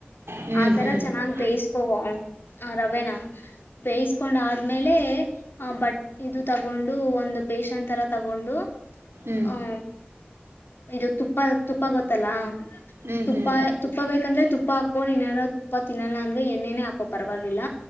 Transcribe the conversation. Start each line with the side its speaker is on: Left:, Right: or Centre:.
Right: ಹ್ಞೂ
Left: ಆತರ
Right: ಹ್ಞೂ ಹ್ಞೂ
Left: ಚೆನ್ನಾಗ್ ಬೇಯಿಸಕೋ ಆ ರವೆನ ಬೇಯಿಸಕೊಂಡ ಆದ್ಮೇಲೆ ಆ ಬಟ್ ಇದು ತಗ ತಗೊಂಡು ಒಂದು ಬೇಷನ್ ತರ ತಗೊಂಡು
Right: ಹ್ಞೂ
Left: ಹ್ಮ ಇದು ತುಪ್ಪ ತುಪ್ಪ ಗೊತ್ತಲ್ಲಾ
Right: ಹ್ಞೂ
Left: ತುಪ್ಪ
Right: ಹ್ಞೂ ಹ್ಞೂ
Left: ತುಪ್ಪ ಬೇಕಂದ್ರೆ ತುಪ್ಪ ಹಾಕೋ ನೀನ್ನನಾರ ತುಪ್ಪ ಇಲ್ಲಾಂದ್ರೆ ಅಂದ್ರೆಏೇ ಪರವಾಗಿಲ್ಲ